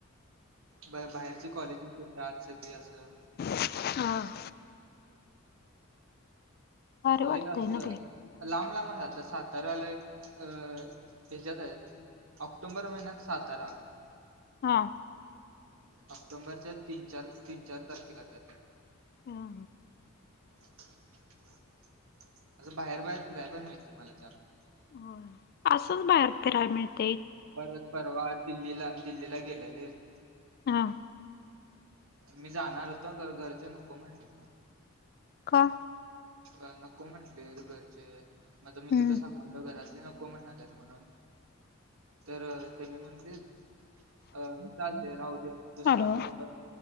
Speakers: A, on the right; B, on the left.
A: ब बाहेरची कॉलेजेची बी येतात सगळी असं..
B: हा... भारी वाटतय
A: लई अस लांब
B: ना ते
A: लांब राहतात साताऱ्याला एक अ हीच्यात आहेत ऑक्टोंबर महिन्यात सातारा.
B: हा..
A: ऑक्टोबरच्या तीन, चार, तीन चार तारखेला काय तर.
B: हा..
A: आस बाहेर, बाहेर फिरायला पण मिळते मला त्यातून.
B: हा असंच बाहेर फिरायला मिळत
A: परत परवा दिल्लीला दिल्लीला गेलेलेत.
B: हा
A: मी जाणार होतो. खर घरचे नको म्हटले.
B: का?
A: अ नको म्हटलेत घरचे मग मी
B: हम्म
A: तिथं सांग म्हणालो घरातले नको म्हणाल्यात म्हणून तर त्यांनी म्हंन लीत अ चालतय राहू दे म दुसरया
B: हॅलो
A: पोराल,